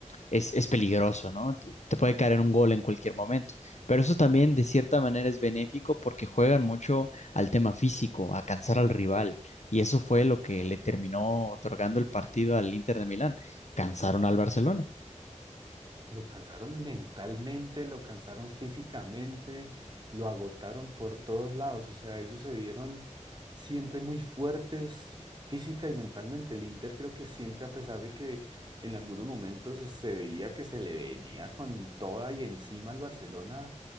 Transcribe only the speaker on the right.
Lo cansaron mentalmente, lo cansaron físicamente, lo agotaron por todos lados. O sea, ellos se vieron siempre muy fuertes física y mentalmente. El Inter creo que siempre, a pesar de que en algunos momentos se veía que se le venía con toda y encima al Barcelona,